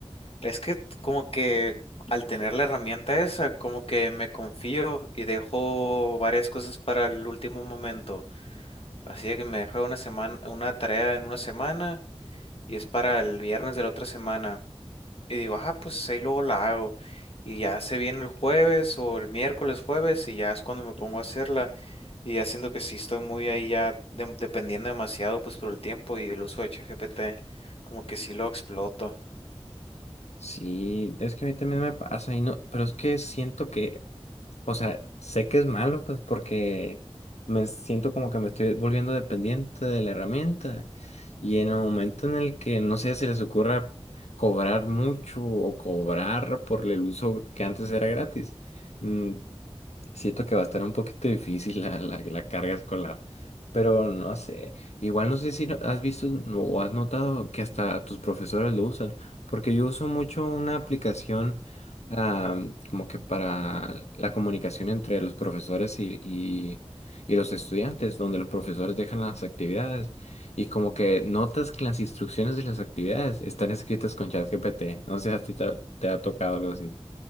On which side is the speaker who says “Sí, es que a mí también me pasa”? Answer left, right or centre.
Left